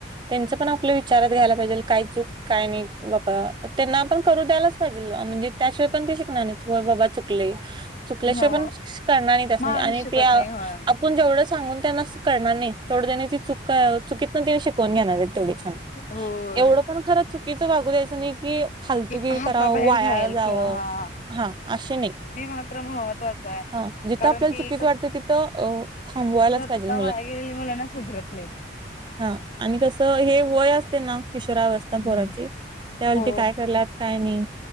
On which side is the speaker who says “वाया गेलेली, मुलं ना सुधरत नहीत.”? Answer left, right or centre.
Left